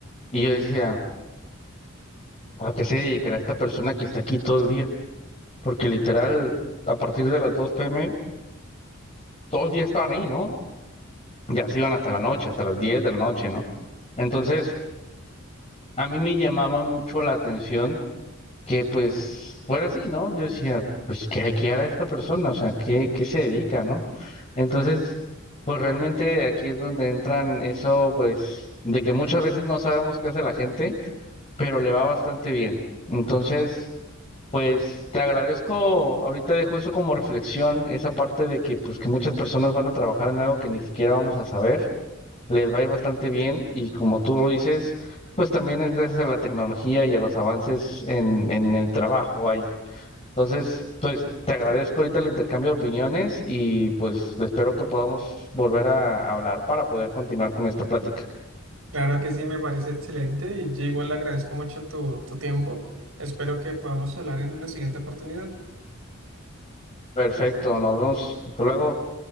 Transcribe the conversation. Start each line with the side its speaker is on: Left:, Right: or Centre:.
Left: y yo decía, ¿a qué se dedicará esta persona que está aquí todo el día? Porque literal, a partir de las 2 p.m., todo el día estaban ahí, ¿no? Ya se iban hasta la noche, hasta las 10 de la noche, ¿no? Entonces, a mí me llamaba mucho la atención que pues fuera así, ¿no? Yo decía, pues, ¿qué, qué hará esta persona? O sea, ¿qué, qué se dedica, ¿no? Entonces, pues realmente aquí es donde entran eso, pues, de que muchas veces no sabemos qué hace la gente pero le va bastante bien. Entonces, pues te agradezco, ahorita dejo eso como reflexión, esa parte de que pues que muchas personas van a trabajar en algo que ni siquiera vamos a saber, les va a ir bastante bien y como tú lo dices, pues también es gracias a la tecnología y a los avances en, en el trabajo ahí. Entonces, pues te agradezco ahorita el intercambio de opiniones y pues espero que podamos volver a hablar para poder continuar con esta plática.
Right: Claro que sí, me parece excelente y yo igual le agradezco mucho tu, tu tiempo. Espero que podamos hablar en una siguiente oportunidad.
Left: Perfecto, nos vemos. Hasta luego.